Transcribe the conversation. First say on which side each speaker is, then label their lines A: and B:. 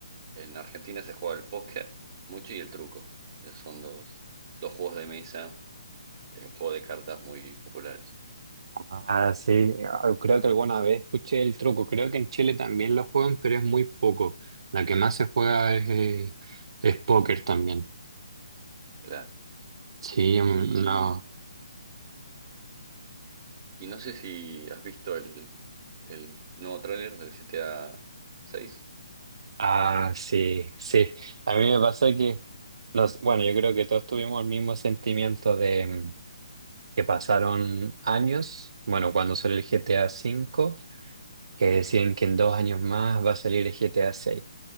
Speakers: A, on the right; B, on the right.
A: en Argentina se juega el póker mucho y el truco. Esos son dos, dos juegos de mesa, eh, un juego de cartas muy populares.
B: Ah, sí, ah, creo que alguna vez escuché el truco, creo que en Chile también lo juegan, pero es muy poco. La que más se juega es, eh, es póker también.
A: Claro.
B: Sí, mm,
A: Y,
B: no.
A: y no sé si has visto el, el nuevo tráiler del GTA 6.
B: Ah, sí, sí. A mí me pasó que, nos, bueno, yo creo que todos tuvimos el mismo sentimiento de mm, que pasaron años, bueno, cuando salió el GTA cinco que decían que en dos años más va a salir el GTA seis